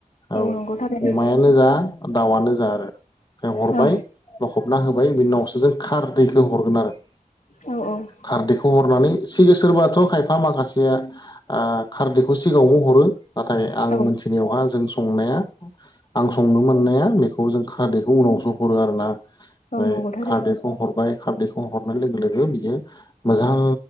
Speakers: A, on the left; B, on the left.
A: औ
B: नंगौ थारैनो
A: अमायानो जा दाउआनो जा आरो ओमफ्राय हरबाय।
B: औ
A: लखबना होबाय बेनि उनावसो जों खार दैैखौ हरगोन आरो
B: औ औ
A: खारदैखौ हरनानै सिगां सोरबाथ' खायफा माखासेया खारदखौ सिगाङावनो हरो नाथाय आं
B: औ
A: मोनसे दिनियावहा जों संनाया आं संनो मोननाया बेखौ जों खारदैखौ उनावसो हरो आरो ना? ओमफ्राय
B: औ नंगौ थारैनो
A: खारदैखौ
B: औ
A: हरबाय। खारदैखौ हरनाय लोगो लोगो बियो मोजां